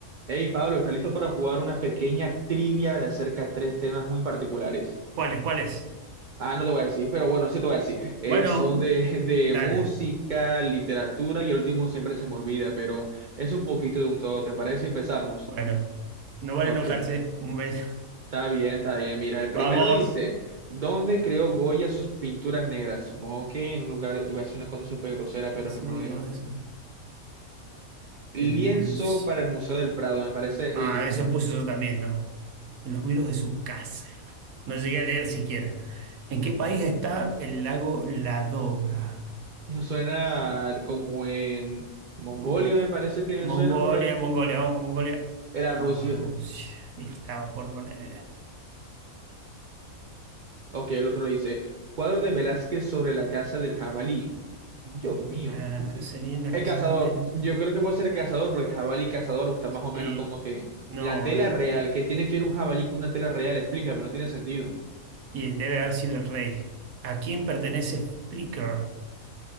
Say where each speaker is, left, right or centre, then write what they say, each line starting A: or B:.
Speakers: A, on the right (about 50°); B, on the right (about 75°).
A: Hey Pablo, ¿estás listo para jugar una pequeña trivia de acerca de tres temas muy particulares?
B: ¿Cuáles? ¿Cuáles?
A: Ah, no te voy a decir, pero bueno, sí te voy a decir. Eh,
B: Bueno,
A: son de, <laughs> de
B: dale.
A: música, literatura y el último siempre se me olvida, pero es un poquito de un todo. ¿Te parece si empezamos?
B: Bueno, no vale
A: Ok,
B: enojarse. Un beso.
A: está bien, está bien. Mira, el primero
B: Vamos.
A: dice, ¿dónde creó Goya sus pinturas negras? Supongo que en un lugar, iba a decir una cosa súper grosera, pero
B: Sí,
A: mejor no digo
B: no,
A: no.
B: eso.
A: Lienzo
B: el mus-
A: para el Museo del Prado, me parece.
B: Ah,
A: Uy, Dios mío.
B: eso puso eso también, ¿no? En los muros de su casa. No llegué a leer siquiera. ¿En qué país está el lago Ladoga?
A: Eso suena como en Mongolia,
B: Mm,
A: me parece que me
B: Mongolia,
A: suena por ahí.
B: Mongolia, vamos con Mongolia.
A: Era
B: No,
A: Rusia.
B: Rusia. Estaba por poner.
A: Ok, el otro dice, cuadro de Velázquez sobre la casa del jabalí. Dios mío.
B: La cacería en la
A: El
B: casa
A: cazador,
B: de la materia.
A: yo creo que puede ser el cazador, porque jabalí y cazador está más o menos
B: Sí,
A: como que
B: no,
A: la tela
B: la
A: real, que tiene que ir un jabalí con una tela real, explícame, no tiene sentido.
B: Y debe haber sido el rey. ¿A quién pertenece Flickr?